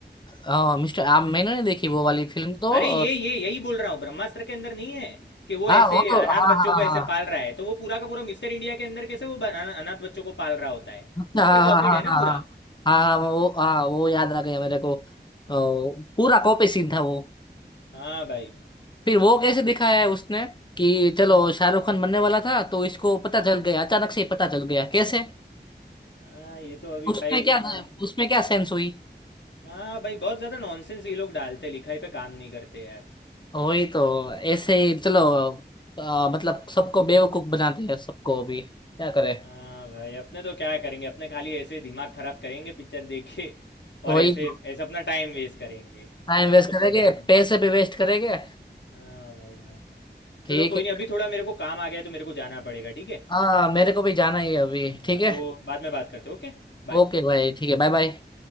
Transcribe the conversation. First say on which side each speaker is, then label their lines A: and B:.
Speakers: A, on the left; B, on the left.
A: हाँ मिस्टर आप मैंने नहीं देखी वो वाली फिल्म तो अ,
B: अरे ये ये यही बोल रहा हूँ ब्रह्मास्त्र के अंदर नहीं है कि वो
A: हाँ
B: ऐसे
A: वो तो
B: अनाथ
A: हाँ
B: बच्चों
A: हाँ
B: को ऐसे
A: हाँ
B: पाल रहा है तो वो पूरा का पूरा मिस्टर इंडिया के अंदर कैसे वो ब- अना- अनाथ बच्चों को पाल रहा होता है
A: हाँ हाँ
B: उससे कॉपीड
A: हाँ
B: है ना
A: हाँ
B: पूरा
A: हाँ हाँ हाँ, वो हाँ वो याद आ गया मेरे को अ, पूरा कॉपी सीन था वो
B: हाँ भाई
A: फिर वो कैसे दिखाया है उसने कि चलो शाहरुख खान बनने वाला था तो इसको पता चल गया अचानक से ही पता चल गया कैसे
B: हाँ ये तो अभी
A: उसमें
B: भाई
A: क्या
B: इतना
A: उसमें क्या सेंस हुई
B: हाँ भाई बहुत ज़्यादा नॉनसेंस ये लोग डालते लिखाई पे काम नहीं करते यार
A: वही तो ऐसे ही चलो आ, मतलब सबको बेवकूफ बनाते हैं सबको अभी क्या करे
B: हाँ भाई अपने तो क्या करेंगे अपने खाली ऐसे दिमाग खराब करेंगे पिक्चर देखे और
A: वही
B: ऐसे
A: तो
B: ऐसे अपना टाइम वेस्ट करेंगे
A: टाइम
B: चलो
A: वेस्ट
B: कुछ
A: करेंगे
B: नहीं हाँ
A: पैसे भी वेस्ट करेंगे
B: हाँ भाई हाँ
A: ठीक
B: चलो कोई
A: है
B: नहीं अभी थोड़ा मेरे को काम आ गया है तो मेरे को जाना पड़ेगा ठीक है
A: हाँ मेरे को भी जाना ही है अभी
B: हाँ
A: ठीक
B: हाँ
A: है
B: तो बाद में बात करते हैं ओके बाय
A: ओके भाई ठीक है बाय बाय